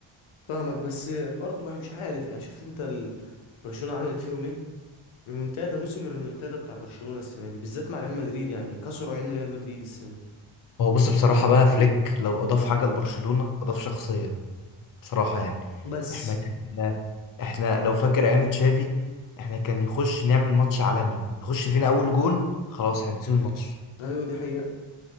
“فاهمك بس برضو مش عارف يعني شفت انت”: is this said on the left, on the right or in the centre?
Left